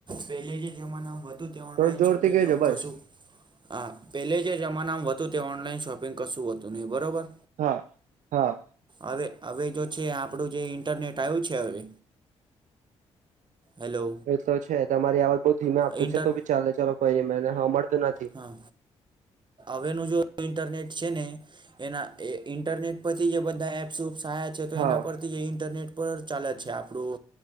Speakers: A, on the right; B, on the right.
A: પહેલે જે જમાનામાં હતું તે્યા
B: થોડુંક
A: ઓનલાઈન શોપિંગ
B: જોરથી કહેજો
A: એવું
B: બસ
A: કશું હા પહેલે જે જમાનામાં હતું તે ઓનલાઈન શોપિંગ કશું હતું નહીં બરાબર.
B: હા હા.
A: હવે હવે જો છે આપણું જે ઇન્ટરનેટ આવ્યું છે હવે. હેલો
B: એ તો છે તમારી આવાજ બઉ ધીમે આપતો
A: ઇન્ટર
B: છે તો બી ચાલે ચાલ કોઈ રમેને મળતું નથી.
A: હા હવેનું જો ઈન્ટરનેટ છે ને, એના ઇન્ટરનેટ પરથી જે બધા એપ શુ સહાય છે તો
B: હા
A: એના પર ઇન્ટરનેટ પર ચાલે છે, આપડું